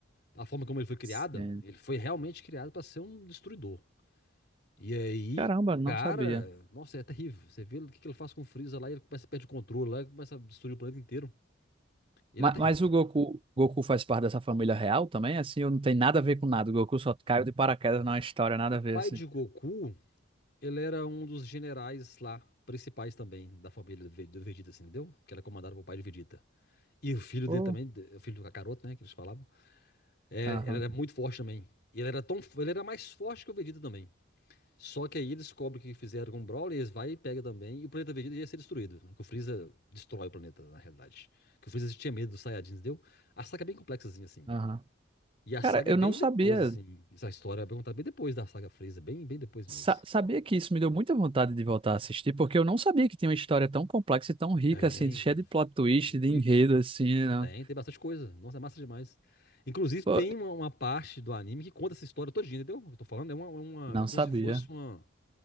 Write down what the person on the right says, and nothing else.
Sim.
Caramba, não
sabia.
Mas,
mas o Goku, Goku faz parte dessa família real também, assim, ou não tem nada a ver com nada? O Goku só caiu de paraquedas na história, nada
a ver, assim.
Pô,
aham,
aham.
Cara,
eu
não sabia.
Sa- sabia que isso me deu muita vontade de voltar a assistir, porque eu não sabia que tinha uma história tão complexa e tão rica,
assim, cheia de plot twist,
de enredo, assim, né?
Pô,
não
sabia.